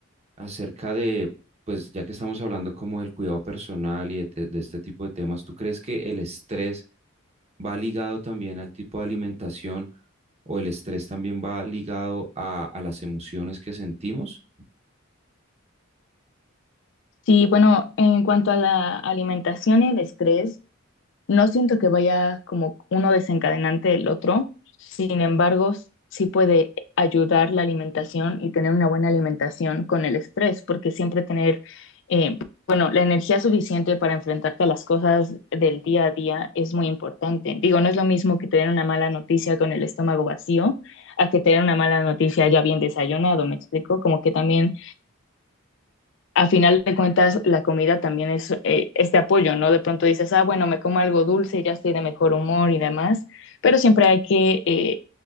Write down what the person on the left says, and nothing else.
Sí, bueno, en cuanto a la alimentación y el estrés, no siento que vaya como uno desencadenante del otro. Sin embargo, sí puede ayudar la alimentación y tener una buena alimentación con el estrés, porque siempre tener, eh, bueno, la energía suficiente para enfrentarte a las cosas del día a día es muy importante. Digo, no es lo mismo que tener una mala noticia con el estómago vacío a que tener una mala noticia ya bien desayunado, ¿me explico? Como que también a final de cuentas la comida también es eh, este apoyo, ¿no? De pronto dices, ah, bueno, me como algo dulce y ya estoy de mejor humor y demás, pero siempre hay que, eh,